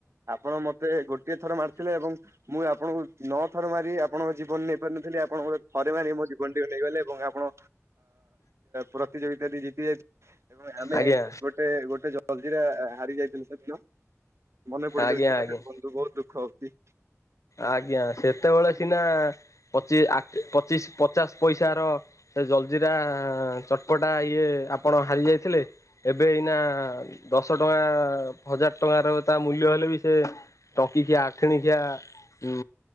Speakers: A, on the right; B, on the left.
A: ଆପଣ ମତେ ଗୋଟିଏ ଥର ମାରିଥିଲେ ଏବଂ ମୁଁ ଆପଣଙ୍କୁ ନଅ ଥର ମାରି ଆପଣଙ୍କ ଜୀବନ ନେଇପାରିନଥିଲି ଆପଣଙ୍କ ଥରେ ମାରି ମୋ ଜୀବନଟିକୁ ନେଇଗଲେ ଏବଂ ଆପଣ ପ୍ରତିଯୋଗିତାଟି ଜିତି ଯାଇ ଏବଂ ଆମେ
B: ଆଜ୍ଞା
A: ଗୋଟେ-ଗୋଟେ ଜଲଜିରା ହାରି ଯାଇଥିଲୁ ସେଦିନ। ମନେ ପଡିଯାଉଛି
B: ଆଜ୍ଞା
A: ସେ
B: ଆଜ୍ଞା
A: କଥା ବନ୍ଧୁ ବହୁତ୍ ଦୁଃଖ ହଉଚି।
B: ଆଜ୍ଞା ସେତେବେଳେ ସିନା ପଚିଶ-ପଚିଶ ପଚାଶ ପଇସାର ସେ ଜଲଜିିରା ଚଟପଟା ଇଏ ଆପଣ ହାରି ଯାଇଥିଲେ ଏବେ ଏଇନା ଦଶ ଟଙ୍କା ହଜାର ଟଙ୍କାର ତା ମୂଲ୍ୟ ହେଲେ ବି ସେ ଟଙ୍କିିକିଆ ଆଠିଣିକିଆ ଉଁ